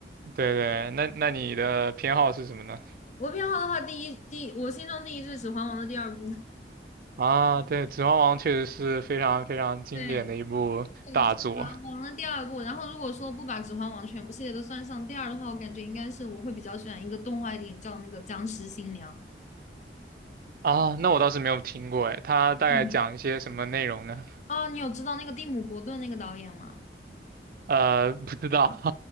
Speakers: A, on the right (about 55°); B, on the left (about 40°).
A: 对对，那那你的偏好是什么呢？
B: <laughs> 我偏好的话，第一第一，我心中第一就是《指环王》的第二部。
A: 啊，对，《指环王》确实是非常非常经典的一部大作
B: 对，对，《指环王》的第二部，然后如果说不把《指环王》全部系列都算上第二的话，我感觉应该是我会比较喜欢一个动画电影叫那个《僵尸新娘》。
A: 啊。那我倒是没有听过，哎，它大概讲一些什么内容呢？
B: 你哦，你有知道那个蒂姆·伯顿那个导演吗？
A: 呃，<laughs> 不知道，